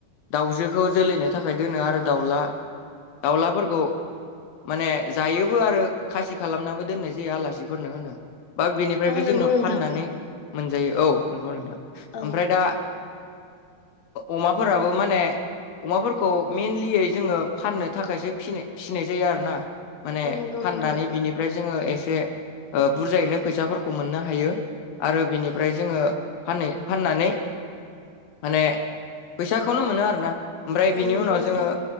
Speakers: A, on the left; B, on the left.
A: दाउजोखौ जोलैनो थाखाय दोनो आरो दाउला दाउलाफोरखौ माने जायोबो आरो खासि खालामनाबो दोननाय जायो आलासिफोरनो होनो बा ओमफ्रायबो
B: औ
A: जोङो
B: नंगौ नोंथां
A: फाननानै मोनजायो औ नंगौ नोंथां
B: औ
A: ओमफ्राय दा अमाफोराबो माने अमाफोरखौ मइेनलियै जोङो फाननो थाखायसो फिसिनाय जायो आरोना माने
B: औ नंगौ
A: फाननानै
B: नोंथां
A: बिनिफ्राय जोङो एसे बुरजायैनो फैसाफोरखौ खौ मोननो हायो आरो बेनिफ्राय जोङो फा फाननानै माने फैसाखौनो मोनो आरोना ओमफ्राय
B: औ
A: बिनि
B: नंगौ
A: उनाव
B: नोंथां
A: जोङो